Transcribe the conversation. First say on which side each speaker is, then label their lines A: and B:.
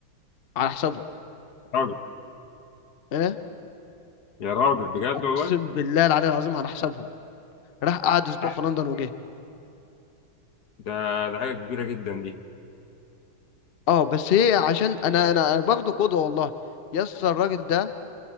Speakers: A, on the left (about 70°); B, on the left (about 55°).
A: على حسابهم
B: راجل
A: ايه
B: يا راجل بجد
A: اقسم
B: والله
A: بالله العلي العظيم على حسابهم راح قعد اسبوع
B: عارف
A: في لندن
B: شكل؟
A: وجه
B: ده ده حاجه كبيره جدا دي
A: اه بس هي عشان انا انا باخده قدوه والله يس الراجل ده